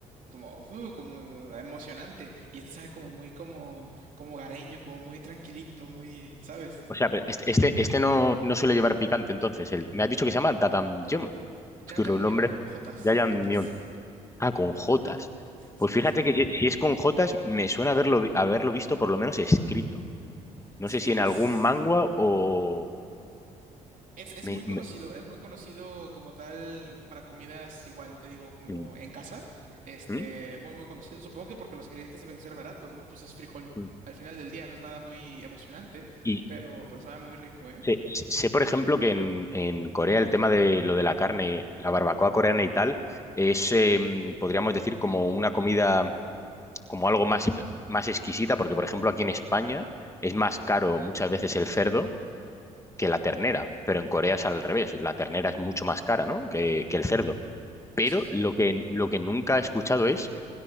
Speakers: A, on the right; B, on the left.
A: como uh, como emocionante y este sabe como muy como como gareño, como muy tranquilito, muy, ¿sabes?
B: O sea, pero este, este, este no, no suele llevar picante, entonces. El, me has dicho que se llama Dadanjon. Es
A: Jajangmyeon
B: que los nombres.
A: con jotas,
B: Jajangmyeon.
A: con jotas.
B: Ah, con Jotas.
A: Sí,
B: Pues fíjate
A: sí, sí.
B: que si, si es con Jotas, me suena haberlo, vi- haberlo visto por lo menos escrito. No
A: Sí,
B: sé si en
A: es.
B: algún manga o.
A: Es, es
B: me-
A: muy conocido,
B: me-
A: es muy conocido como tal para comidas igual, te digo, como
B: mm,
A: en casa, este,
B: mm,
A: muy muy conocido. Supongo que porque los ingredientes deben ser baratos, ¿no? Pues es frijol
B: mm.
A: al final del día, no es nada muy emocionante,
B: Y
A: pero, pero sabe muy rico, ¿eh?
B: sé, sé, por ejemplo, que en, en Corea el tema de lo de la carne, la barbacoa coreana y tal, es, eh, podríamos decir, como una comida. como algo más, más exquisita, porque por ejemplo aquí en España es más caro muchas veces el cerdo que la ternera, pero en Corea es al revés, la ternera es mucho más cara, ¿no? que, que el cerdo. Pero
A: Sí.
B: lo que, lo que nunca he escuchado es